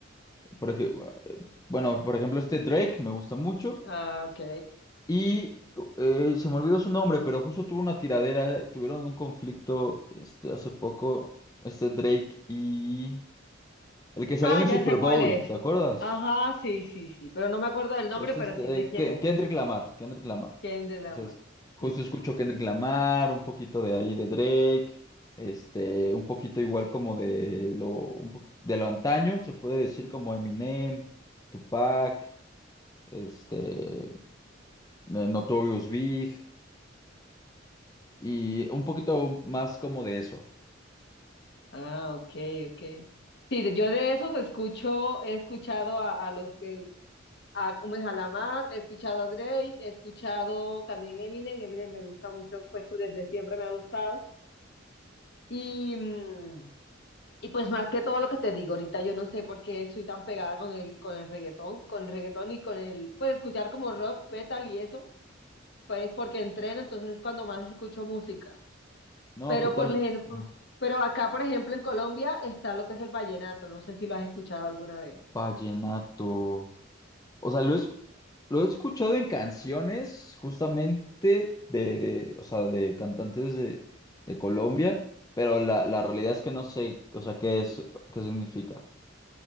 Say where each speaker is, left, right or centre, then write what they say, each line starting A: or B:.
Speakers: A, on the left; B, on the left.
A: Por ejemplo, eh, bueno, por ejemplo, este Drake me gusta mucho.
B: Ah, ok.
A: Y eh, se me olvidó su nombre, pero justo tuvo una tiradera, tuvieron un conflicto este, hace poco, este Drake y el que salió
B: Ah,
A: en el
B: ya
A: Super
B: sé
A: Bowl,
B: cuál es.
A: ¿te acuerdas?
B: Ajá, sí, sí, sí. Pero no me acuerdo del nombre,
A: Es
B: pero
A: este,
B: sí sé
A: eh,
B: quién
A: Ke-
B: es.
A: Kendrick Lamar, Kendrick Lamar.
B: Kendrick
A: Entonces,
B: Lamar.
A: justo
B: Sí.
A: escucho Kendrick Lamar, un poquito de ahí de Drake, este, un poquito igual como de lo, un po- de lo antaño, se puede decir como Eminem, Tupac, este, eh, Notorious Big, y un poquito más como de eso.
B: Ah, ok, ok. Sí, de- yo de esos escucho, he escuchado a, a los que, a como es a Lamar, he escuchado a Drake, he escuchado también Eminem, Eminem me gusta mucho, pues desde siempre me ha gustado. Y, mm, y pues más que todo lo que te digo ahorita, yo no sé por qué soy tan pegada con el, con el reggaetón, con el reggaetón y con el, pues escuchar como rock, metal y eso, pues porque entreno, entonces es cuando más escucho música.
A: No,
B: Pero
A: total,
B: por ejemplo,
A: ah,
B: pero acá, por ejemplo, en Colombia está lo que es el vallenato. No sé si lo has escuchado alguna vez.
A: vallenato. O sea, lo he, esc- lo he escuchado en canciones justamente de, de, o sea, de cantantes de, de Colombia, pero la, la realidad es que no sé, o sea, qué es, qué significa.